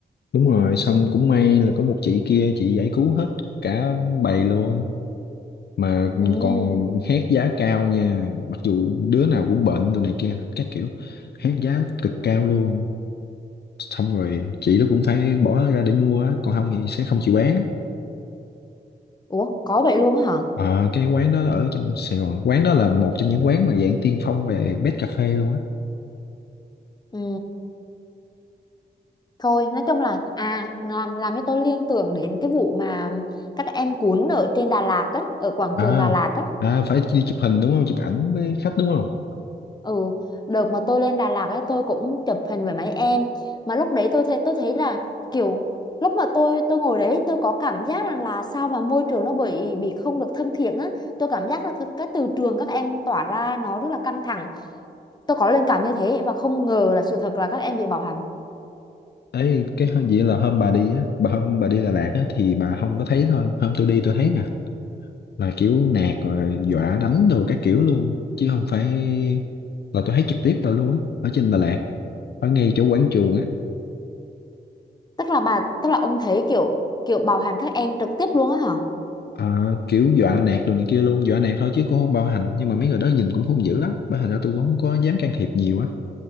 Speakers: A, on the left; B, on the left.
A: đúng rồi xong cũng may là có một chị kia chị giải cứu hết cả bầy luôn mà
B: Ừ.
A: còn hét giá cao nha mặc dù đứa nào cũng bệnh đồ này kia các kiểu hét giá cực cao luôn xong rồi chị đó cũng phải bỏ ra để mua á còn không thì sẽ không chịu bán
B: Ủa có vậy luôn á hả?
A: Ờ, cái quán đó ở trong Sài Gòn quán đó là một trong những quán mà dạng tiên phong về bed cà phê luôn á
B: Ừ. thôi nói chung là à làm làm cho tôi liên tưởng đến cái vụ mà các em cuốn ở trên Đà Lạt á ở quảng
A: à
B: trường Đà Lạt á
A: à phải đi chụp hình đúng không chụp ảnh với khách đúng không
B: ừ đợt mà tôi lên Đà Lạt á tôi cũng chụp hình với mấy em mà lúc đấy tôi thấy tôi thấy là kiểu lúc mà tôi tôi ngồi đấy tôi có cảm giác rằng là sao mà môi trường nó bị bị không được thân thiện á tôi cảm giác là cái, cái từ trường các em tỏa ra nó rất là căng thẳng tôi có linh cảm như thế và không ngờ là sự thật là các em bị bạo hành
A: ấy cái hôm- vậy là hôm bà đi á bà hôm bà đi Đà Lạt á thì bà không có thấy thôi hôm tôi đi tôi thấy nè là kiểu nạt rồi dọa đánh đồ các kiểu luôn chứ không phải là tôi thấy trực tiếp là luôn á ở trên Đà Lạt ở ngay chỗ quảng trường á
B: tức là bà tức là ông thấy kiểu kiểu bạo hành các em trực tiếp luôn á hả
A: à, kiểu dọa nạt đồ này kia luôn dọa nạt thôi chứ cũng không bạo hành nhưng mà mấy người đó nhìn cũng hung dữ lắm bởi thành ra tôi cũng không có dám can thiệp nhiều á